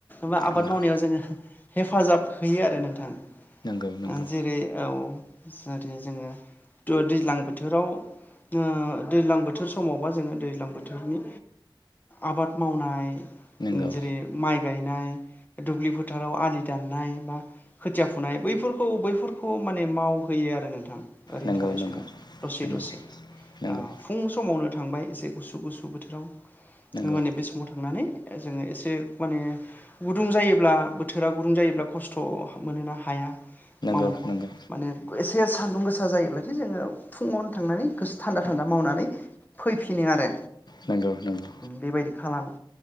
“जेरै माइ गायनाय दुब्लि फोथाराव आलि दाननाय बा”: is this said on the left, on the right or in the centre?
Left